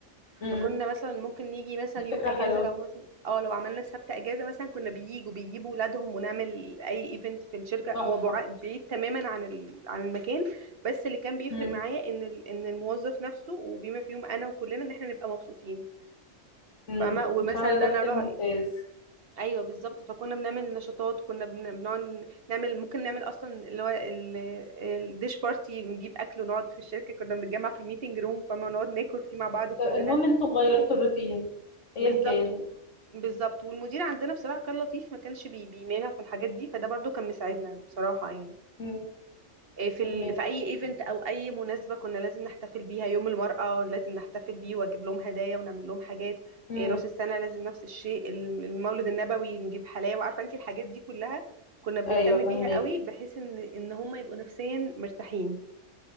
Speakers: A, on the left (about 70°); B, on the right (about 50°).
A: امم
B: فكنا مثلا ممكن نيجي مثلا
A: دي فكرة
B: يوم اجازه
A: حلوة
B: لو مثلا اه لو عملنا السبت اجازه مثلا كنا بييجوا بيجيبوا ولادهم ونعمل اي ايفنت في الشركه
A: تحفة
B: هو بع- بعيد تماما عن ال... عن المكان بس اللي كان بيفرق
A: امم
B: معايا ان ال... ان الموظف نفسه وبما فيهم انا وكلنا ان احنا نبقى مبسوطين
A: امم
B: فما ومثلا
A: بصراحة
B: ان
A: ده
B: انا
A: تفكير
B: راي
A: ممتاز
B: ايوه بالظبط فكنا بنعمل نشاطات كنا بن- بنقعد نعمل ممكن نعمل اصلا اللي هو ال- الديش بارتي بنجيب اكل ونقعد في الشركه كنا بنتجمع في الميتنج روم فما نقعد ناكل فيه مع بعض كلنا
A: المهم انتوا غيرتوا الروتين
B: بالظبط
A: ايا كان
B: و- بالظبط والمدير عندنا بصراحة كان لطيف ما كانش بي بيمانع في الحاجات دي فده برضو كان مساعدنا بصراحة يعني
A: امم
B: إيه في
A: فهماكي
B: ال... في اي ايفنت او اي مناسبة كنا لازم نحتفل بيها يوم المرأة لازم نحتفل بيه واجيب لهم هدايا ونعمل لهم حاجات
A: امم
B: إيه راس السنة لازم نفس الشيء الم- المولد النبوي نجيب حلاوة عارفة انت الحاجات دي كلها كنا بنهتم
A: ايوه فهماكي
B: بيها قوي بحيث ان ان هم يبقوا نفسيا مرتاحين